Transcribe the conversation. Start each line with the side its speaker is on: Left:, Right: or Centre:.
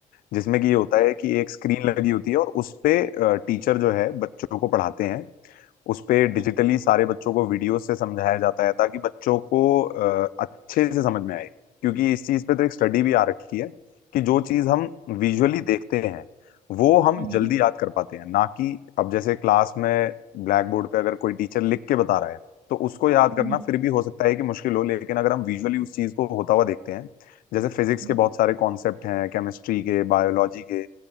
Left: जिसमें कि ये होता है कि एक स्क्रीन लगी होती है और उस पे टीचर जो है बच्चों को पढ़ाते हैं उस पे डिजिटली
Right: हम्म
Left: सारे बच्चों को वीडियो से समझाया जाता है ताकि बच्चों को अ, अच्छे से समझ में आए क्योंकि इस चीज पे तो एक स्टडी भी आ रखी है कि जो चीज हम विजुअली देखते हैं वो हम
Right: हम्म
Left: जल्दी याद कर पाते हैं ना कि अब जैसे क्लास में ब्लैक बोर्ड पे अगर कोई टीचर लिख के बता रहा है तो उसको याद
Right: हम्म,
Left: करना फिर भी हो सकता है कि मुश्किल हो लेकिन अगर हम विजुअली उस चीज को होता हुआ देखते हैं जैसे फिजिक्स
Right: हम्म,
Left: के बहुत
Right: हम्म।
Left: सारे कॉन्सेप्ट हैं केमिस्ट्री के बायोलॉजी के